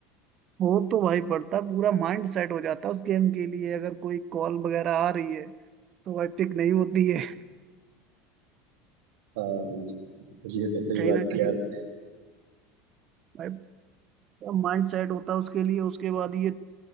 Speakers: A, on the right (about 30°); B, on the right (about 75°).
A: वो तो भाई पड़ता पूरा माइंड सेट हो जाता है उस गेम के लिए अगर कोई कॉल वगैरह आ रही है तो भाई पिक नहीं होती है
B: हाँ ये
A: <laughs>
B: तो सही
A: कहीं
B: बात
A: ना
B: की
A: कहीं
B: आपने
A: भाई माइंड सेट होता है उसके लिए उसके बाद ये